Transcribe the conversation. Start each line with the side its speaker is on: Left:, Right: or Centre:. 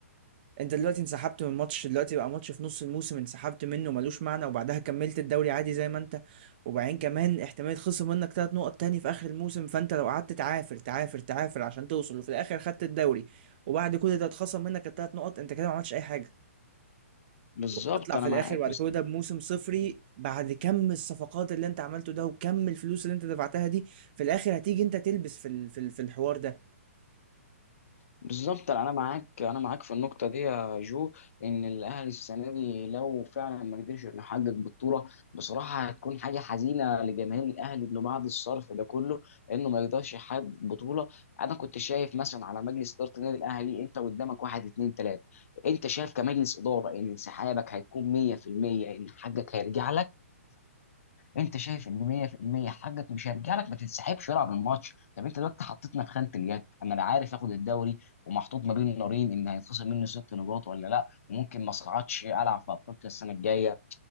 Right: انت دلوقتي انسحبت من ماتش دلوقتي بقى ماتش في نص الموسم انسحبت منه ملوش معنى وبعدها كملت الدوري عادي زي ما انت وبعدين كمان احتمال خصم منك ثلاث نقط تاني في اخر الموسم فانت لو قعدت تعافر تعافر تعافر عشان توصل وفي الاخر خدت الدوري وبعد كل ده اتخصم منك الثلاث نقط انت كده ما عملتش اي حاجه
Left: بالظبط
Right: وهتطلع
Left: انا
Right: في
Left: معاك
Right: الاخر بعد كل ده بموسم صفري بعد كم الصفقات اللي انت عملته ده وكم الفلوس اللي انت دفعتها دي في الاخر هتيجي انت تلبس في ال- في ال- في الحوار ده
Left: بالظبط انا معاك انا معاك في النقطه دي يا جو ان الاهلي السنه دي لو فعلا ما قدرش انه يحقق بطوله بصراحه هتكون حاجه حزينه لجماهير الاهلي انه بعد الصرف ده كله انه ما يقدرش يحقق بطوله انا كنت شايف مثلا على مجلس اداره النادي الاهلي انت قدامك واحد اتنين تلاته انت شايف كمجلس اداره ان انسحابك هيكون 100% ان حقك هيرجع لك انت شايف ان 100% حقك مش هيرجع لك ما تنسحبش والعب الماتش طب انت دلوقتي حطيتنا في خانه اليك انا لا عارف اخد الدوري ومحطوط ما بين نارين ان هيتخصم مني ست نقاط ولا لا وممكن ما اصعدش العب في افريقيا السنه الجايه